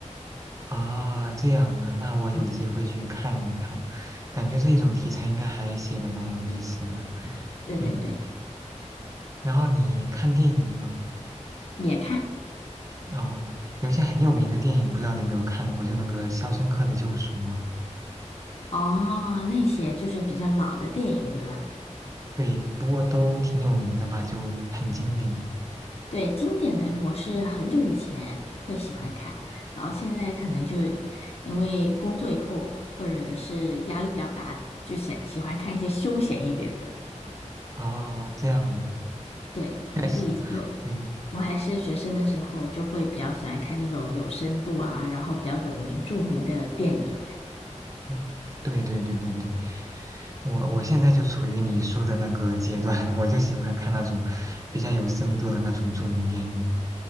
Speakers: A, on the right; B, on the left.
A: 啊，这样啊，那我有机会去看一看，
B: 嗯，
A: 感觉这一种题材应该还写的蛮有意思的。
B: 对对对，
A: 嗯，然后你看电影吗？
B: 也看。
A: 哦，有些很有名的电影，不知道你有没有看过，就那个《肖申克的救赎》啊。
B: 哦，那些就是比较老的电影，对吧？
A: 对，不过都挺有名的吧，就很经典。
B: 对，经典的我是很久以前会喜欢看，
A: 嗯，
B: 然后现在可能就因为工作以后或者是压力比较大，就喜喜欢看一些休闲一点的。
A: 啊，这样啊，
B: 对，
A: 确实，
B: 就以前
A: 对，
B: 我还是学生的时候，就会比较喜欢看那种有深度啊，然后比较有名著名的电影。
A: 嗯，对对对对对，我我现在就处于你说的那个阶段，<laughs> 我就喜欢看那种比较有深度的那种著名电影，